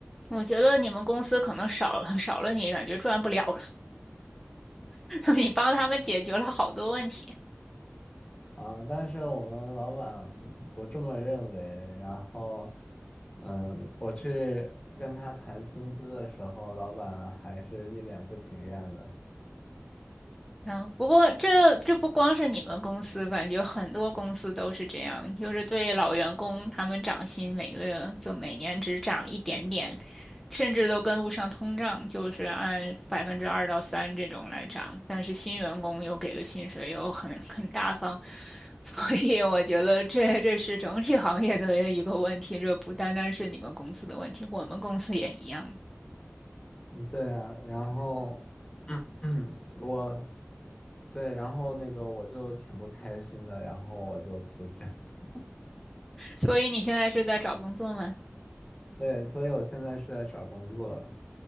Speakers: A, in the centre; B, on the left.
A: 我觉得你们公司可能少了少了你，感觉赚不了了。<laughs> 你帮他们解决了好多问题。
B: 啊。但是我们老板不这么认为，然后嗯，我去跟他谈薪资的时候，老板还是一脸不情愿的。
A: 啊，不过这这不光是你们公司，感觉很多公司都是这样，就是对老员工他们涨薪，每个月就每年只涨一点点，甚至都跟不上通胀，就是按百分之二到三这种来涨。但是新员工又给的薪水又很很大方，<laughs> 所以我觉得这这是整体行业的一个问题，这不单单是你们公司的问题，我们公司也一样。
B: 嗯，对啊，然后，嗯，<clears throat> 我，对，然后那个我就挺不开心的，然后我就辞职。<laughs>
A: 所以你现在是在找工作吗？
B: 对，所以我现在是在找工作，